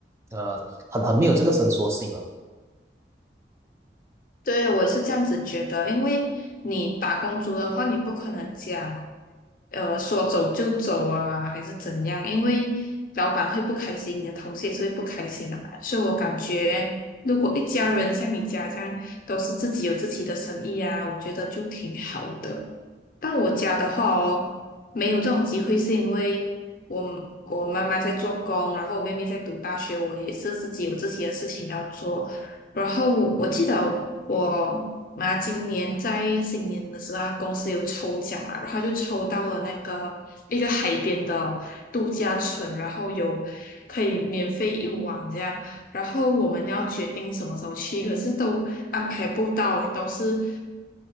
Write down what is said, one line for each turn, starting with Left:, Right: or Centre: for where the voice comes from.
Right: 呃，很很没有这个伸缩性了。
Left: 对，我也是这样子觉得，因为你打工族的话，你不可能讲，呃，说走就走啊，还是怎样，因为老板会不开心，你的同事也是会不开心的嘛。所以我感觉，如果一家人像你家这样，都是自己有自己的生意啊，我觉得就挺好的。到我家的话哦，没有这种机会，是因为我我妈妈在做工，然后我妹妹在读大学，我也是自己有自己的事情要做。然后我记得我妈今年在新年的时候，她公司有抽奖啦，然后她就抽到了那个一个海边的度假村，然后有可以免费一晚这样。然后我们要决定什么时候去，可是都安排不到欸，都是